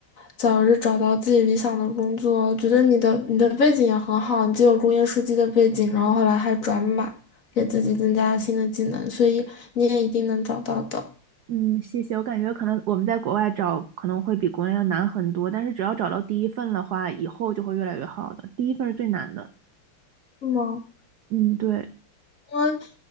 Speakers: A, on the left; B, on the right.
A: 早日找到自己理想的工作。我觉得你的你的背景也很好，你既有工业设计的背景，然后后来还转码，给自己增加了新的技能，所以你也一定能找到的，
B: 嗯，谢谢。我感觉可能我们在国外找可能会比国内要难很多，但是只要找到第一份的话，以后就会越来越好的。第一份是最难的。
A: 是吗？
B: 嗯，对，
A: 因为